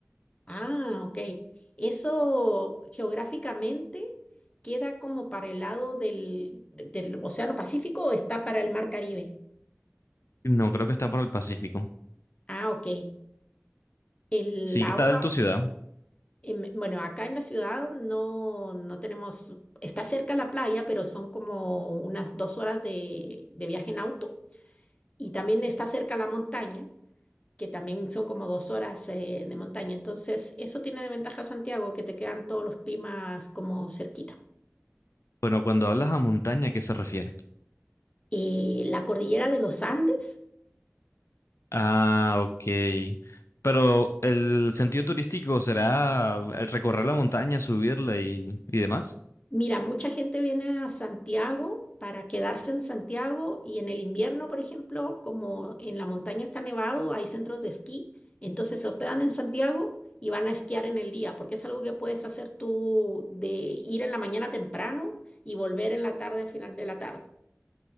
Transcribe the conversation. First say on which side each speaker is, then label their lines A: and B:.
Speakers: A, on the left (about 25°); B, on the left (about 80°).
A: Ah, ok. Eso geográficamente queda como para el lado del, del Océano Pacífico o está para el Mar Caribe.
B: No creo que está para el Pacífico.
A: Ah, ok. El
B: Sí,
A: agua.
B: ¿qué tal tu ciudad?
A: Em, Bueno, acá en la ciudad no, no tenemos, está cerca la playa, pero son como unas dos horas de, de viaje en auto y también está cerca la montaña, que también son como dos horas eh, de montaña. Entonces, eso tiene de ventaja Santiago, que te quedan todos los climas como cerquita.
B: Bueno, cuando hablas a montaña, ¿a qué se refiere?
A: Eh, la cordillera de los Andes
B: Ah, ok. Pero el sentido turístico será el recorrer la montaña, subirla y, y demás.
A: Mira, mucha gente viene a Santiago para quedarse en Santiago y en el invierno, por ejemplo, como en la montaña está nevado, hay centros de esquí, entonces se hospedan en Santiago y van a esquiar en el día, porque es algo que puedes hacer tú de ir en la mañana temprano y volver en la tarde al final de la tarde.